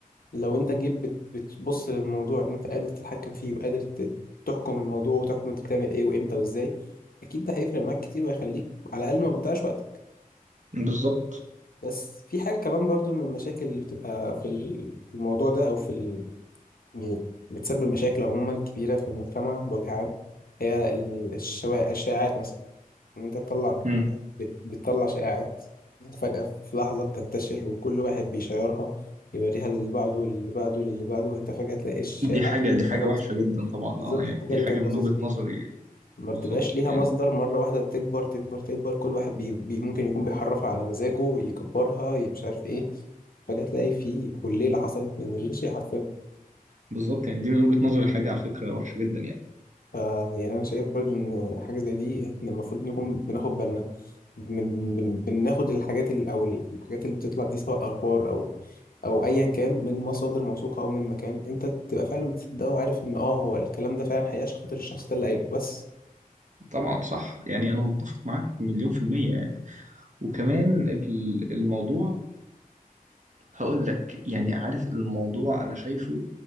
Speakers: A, on the left; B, on the right.
A: لو انت جيت بت- بتبص للموضوع ان انت قادر تتحكم فيه وقادر ت- تحكم الموضوع وتحكم انت بتعمل ايه وامتى وازاي اكيد ده هيفرق معاك كتير وهيخليك على الاقل ما بتضيعش وقتك
B: بالظبط
A: بس في حاجه كمان برضو من المشاكل اللي بتبقى في ال- في الموضوع ده او في ال... يعني بتسبب مشاكل عموما كبيره في المجتمع بوجه عام هي ال- الشوا- الشائعات مثلا ان انت تطلع
B: مم.
A: بت- بتطلع شائعات فجأة في لحظة بتنتشر وكل واحد بيشيرها يوريها للي بعده واللي بعده واللي بعده وانت فجأة تلاقي الشائع
B: دي حاجة دي حاجة
A: حاجة بسيطة
B: وحشة جدا طبعا
A: بالظبط
B: اه يعني
A: الحاجة
B: دي
A: اللي
B: حاجة
A: كانت
B: من
A: بسيطة
B: وجهة
A: دي
B: نظري
A: ما
B: بالظبط
A: بتبقاش ليها
B: يعني
A: مصدر مرة واحدة تكبر تكبر تكبر كل واحد بي بي ممكن يكون بيحرفها على مزاجه يكبرها ي- مش عارف ايه فجأة تلاقي في حليلة حصلت من اللاشيء حرفيا
B: بالظبط يعني دي من وجهة نظري حاجة على فكرة وحشة جدا يعني
A: ف يعني انا شايف برضو ان حاجه زي دي احنا المفروض نكون بناخد بالنا من بن بناخد الحاجات اللي او الحاجات اللي بتطلع دي سواء اخبار او او ايا كان من مصادر موثوقه او من مكان انت تبقى فعلا بتصدقه وعارف ان اه هو الكلام ده فعلا حقيقي عشان خاطر الشخص ده اللي قايله بس
B: طبعا صح يعني أنا متفق معاك مليون في المية يعني وكمان ال- الموضوع هقول لك يعني عارف الموضوع انا شايفه